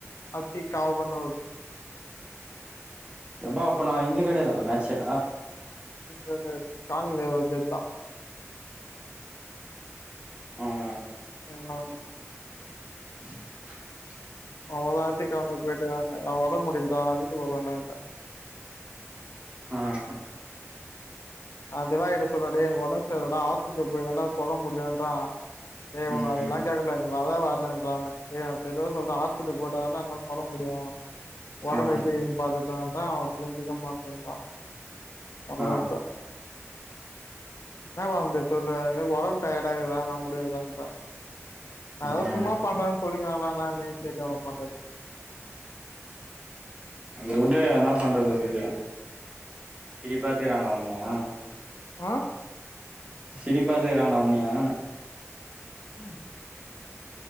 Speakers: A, on the left; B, on the right.
A: அத்தி காவு பண்ணுவ்
B: நண்பா அப்ப நா இங்க கெடையாதா மேட்ச
A: <unintelligible>
B: ம்
A: மூண் நாள்தா
B: <inaudible>
A: அவுங்காத <unintelligible> போயிட்டு அவ ஒடம்ப முடியில தா நா வீட்டு போ போறன்டான்ட
B: ம்
A: ஆ திவாகர்ட்ட சொல்றே டேய் எனக்கு ஒடம் செல்லடா ஹாஸ்படல் போயிதாடா சொல்ல முடியும்ன்றான் ஏ
B: ம்
A: உன்ன அதெல்லா
B: ம்
A: கேக்கல நீ வரே வர்லன்றா என்ன ஏ நா தெளிவா சொல்ற ஹாஸ்பிட்டல் போட <unintelligible> ஒடம்ப முடியு ஒடம்பு
B: ஆ
A: எப்டி இதுன்னு பாத்துட்டுட்டு தான்டா அவ புரிஞ்சுக்க மாட்டேன்றா அதா
B: ஆ
A: நா உட்டே என்ன டா அப்டி சொல்ற எனக்கு ஒடம்பு டயர்ட இருக்குட நா முடியலன்றே நா
B: ம்
A: எதோ சும்மா பண்றேன்னு சொல்லுவீங்க நா அதனால் தா என்னன்னே தெர்ல அவுனுவோ பண்றது
B: வுடு என்ன பண்றது அதுக்கு திரிப் பாத்துக்கிறாங்களா உண்ணியா
A: ஆ
B: சிரிப்பாத்துக்குறாங்களா உண்ணியா
A: ம்